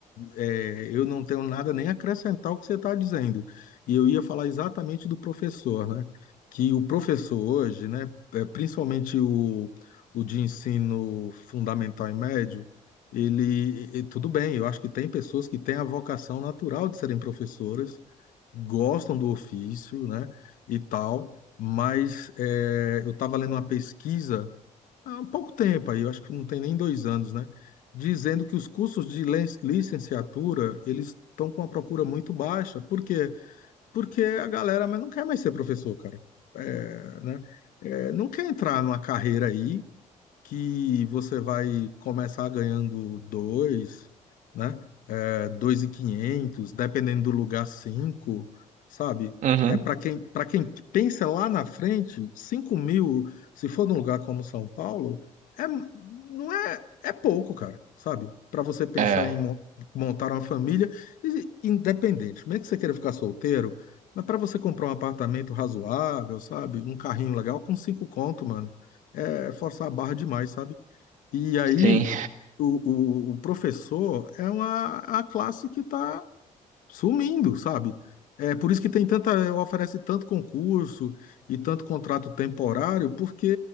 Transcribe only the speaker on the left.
é, eu não tenho nada nem a acrescentar ao que você está dizendo. E eu ia falar exatamente do professor, né? Que o professor hoje, né, é, principalmente o, o de ensino fundamental e médio, ele, e- tudo bem, eu acho que tem pessoas que têm a vocação natural de serem professoras, gostam do ofício, né, e tal, mas é, eu estava lendo uma pesquisa há um pouco tempo aí, eu acho que não tem nem dois anos, né? Dizendo que os cursos de len- licenciatura, eles estão com a procura muito baixa. Por quê? Porque a galera mas não quer mais ser professor, cara. É, né? É, não quer entrar numa carreira aí que você vai começar ganhando dois, né? é, 2.500, dependendo do lugar, 5, sabe?
É, para quem, para quem pensa lá na frente, cinco mil, se for num lugar como São Paulo, é, não é, é pouco, cara, sabe? Para você pensar
em mon- montar uma família, e- independente, mesmo que você queira ficar solteiro, mas para você comprar um apartamento razoável, sabe? Um carrinho legal com 5 conto, mano, é forçar a barra demais, sabe? E aí,
o, o, o professor é uma a classe que está sumindo, sabe? É por isso que tem tanta, oferece tanto concurso e tanto contrato temporário, porque